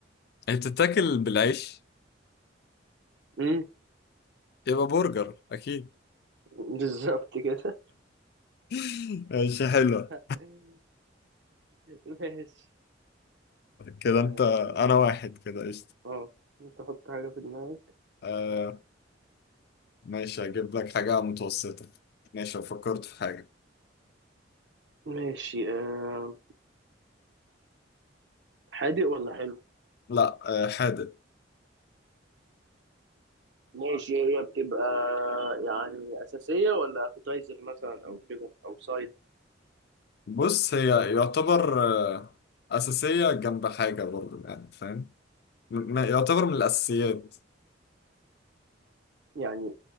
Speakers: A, on the left; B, on the right.
A: هي بتتاكل بالعيش
B: مم،
A: يبقى برجر اكيد
B: بالظبط كده
A: <laughs> ماشي حلوة
B: <laughs> ماشي
A: كده
B: اه
A: انت انا واحد كده قشطة
B: آه، انت حط حاجة في دماغك
A: آه ماشي هجيب لك حاجة متوسطة ماشي لو فكرت في حاجة
B: ماشي آه. حادق ولا حلو
A: لا آه حادق
B: ماشي هي بتبقى يعني أساسية ولا أبيتايزر مثلا أو كده أو سايد
A: بص هي يعتبر آه، أساسية جنب حاجة برضو يعني فاهم م- يعتبر من الأساسيات
B: يعني